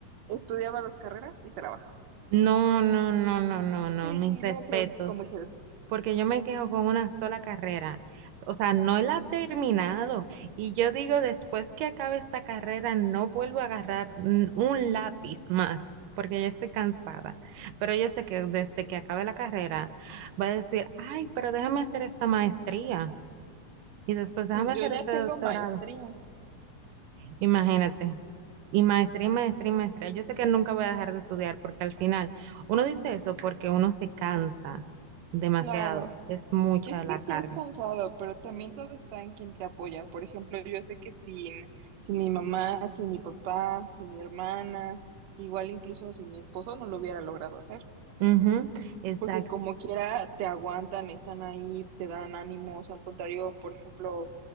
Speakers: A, on the right (about 65°); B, on the right (about 85°).
A: estudiaba dos carreras y trabajaba.
B: No, no, no, no, no, no,
A: Sí,
B: mis respetos.
A: no me preguntes cómo hice.
B: Porque yo me quejo con una sola carrera. O sea, no la he terminado. Y yo digo, después que acabe esta carrera, no vuelvo a agarrar n- un lápiz más, porque ya estoy cansada. Pero yo sé que desde que acabe la carrera, va a decir, ay, pero déjame hacer esta maestría. Y después déjame
A: Pues
B: hacer
A: yo ya
B: este
A: tengo
B: doctorado.
A: maestría,
B: Imagínate. Y maestría, y maestría, y maestría. Yo sé que nunca voy a dejar de estudiar porque al final uno dice eso porque uno se cansa demasiado.
A: claro.
B: Es mucha
A: Es que
B: la
A: sí
B: carga.
A: es cansado, pero también todo está en quien te apoya. Por ejemplo, yo sé que sin, sin mi mamá, sin mi papá, sin mi hermana, igual incluso sin mi esposo, no lo hubiera logrado hacer.
B: Ujú, exacto.
A: Porque como quiera, te aguantan, están ahí, te dan ánimos. Al contrario, por ejemplo,